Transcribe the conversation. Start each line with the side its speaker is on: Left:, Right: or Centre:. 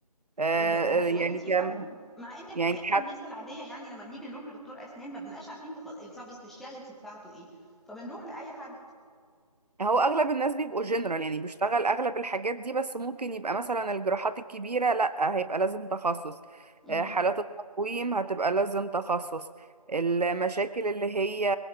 Right: آه،
Centre: يا ده ده
Right: آه،
Centre: تخصصات
Right: يعني
Centre: كتير
Right: كم
Centre: قوي مع ان احنا
Right: يعني
Centre: احنا
Right: حتى
Centre: الناس العاديه يعني لما بنيجي نروح لدكتور اسنان ما بنبقاش عارفين تخ... السب سبيشاليتي بتاعته ايه فبنروح لاي حد
Right: هو اغلب الناس بيبقوا جنرال يعني بيشتغل اغلب الحاجات دي بس ممكن يبقى مثلا الجراحات الكبيرة لا هيبقى لازم تخصص
Centre: امم
Right: آه، حالات التقويم هتبقى لازم تخصص المشاكل اللي هي